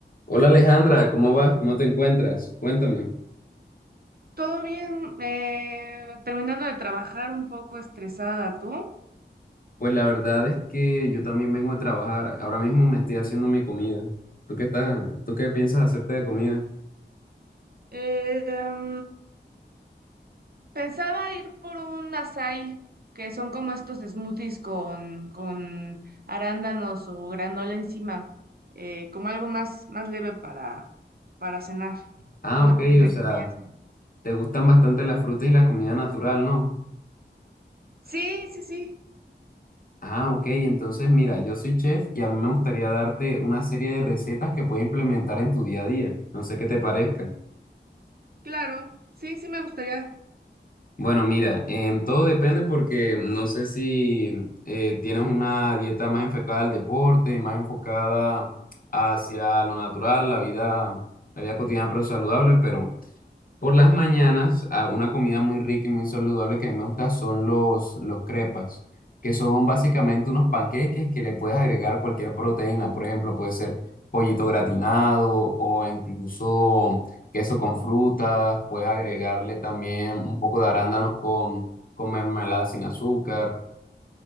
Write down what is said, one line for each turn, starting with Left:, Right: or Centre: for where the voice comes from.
Left: Hola Alejandra, ¿cómo vas? ¿Cómo te encuentras? Cuéntame.
Right: Todo bien, eh, terminando de trabajar un poco estresada, ¿tú?
Left: Pues la verdad es que yo también vengo a trabajar. Ahora mismo me estoy haciendo mi comida. ¿Tú qué estás? ¿Tú qué piensas hacerte de comida?
Right: Eh, em, pensaba ir por un açaí, que son como estos smoothies con, con arándanos o granola encima, eh, como algo más, más leve para, para cenar.
Left: Ah,
Right: Bueno,
Left: ok,
Right: entre
Left: o sea,
Right: comillas. ¿no?
Left: te gustan bastante las frutas y la comida natural, ¿no?
Right: Sí, sí, sí,
Left: Ah, ok, entonces mira, yo soy chef y a mí me gustaría darte una serie de recetas que puedes implementar en tu día a día. No sé qué te parezca.
Right: claro, sí, sí me gustaría.
Left: Bueno, mira, em, todo depende porque no sé si eh, tienes una dieta más enfocada al deporte, más enfocada hacia lo natural, la vida, la vida cotidiana pero saludable, pero por las mañanas, a una comida muy rica y muy saludable que a mí me gusta son los, los crepas, que son básicamente unos panqueques que le puedes agregar cualquier proteína. Por ejemplo, puede ser pollito gratinado o incluso queso con frutas. Puedes agregarle también un poco de arándanos con, con mermelada sin azúcar.